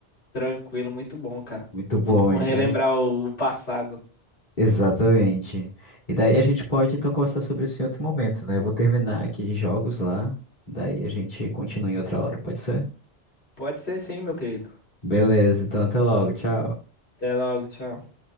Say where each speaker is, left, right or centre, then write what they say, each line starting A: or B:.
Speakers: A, on the left (about 80°); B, on the left (about 50°).
A: tranquilo, muito bom, cara.
B: Muito bom,
A: Muito bom
B: e
A: relembrar
B: daí...
A: o o passado.
B: Exatamente. E daí a gente pode, então, conversar sobre isso em outro momento, né? Eu vou terminar aqui de jogos lá, daí a gente continua em outra hora, pode ser?
A: Pode ser sim, meu querido.
B: Beleza, então até logo, tchau.
A: Até logo, tchau.